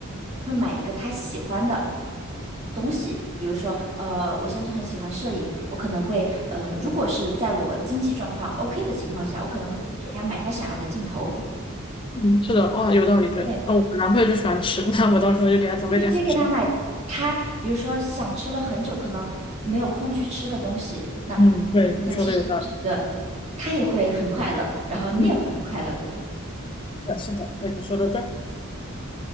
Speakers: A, on the right; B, on the left.
A: 会买一个他喜欢的东西，比如说，呃，我先生很喜欢摄影，我可能会，呃，如果是在我经济状况 OK 的情况下，我可能会给他买他想要的镜头。
B: 嗯是的，哇，有道理。对，
A: 对，
B: 那我男朋友就喜欢吃，<laughs> 那我到时候就给他准备点好吃的。
A: 那你就可以给他买他，比如说想吃了很久，可能没有空去吃的东西，那
B: 嗯，对，
A: 这个其实是一个
B: 你说的有道理。
A: 他也会很快乐，然后你也会很快乐的东西。
B: 嗯，是的，是的，对，你说的对。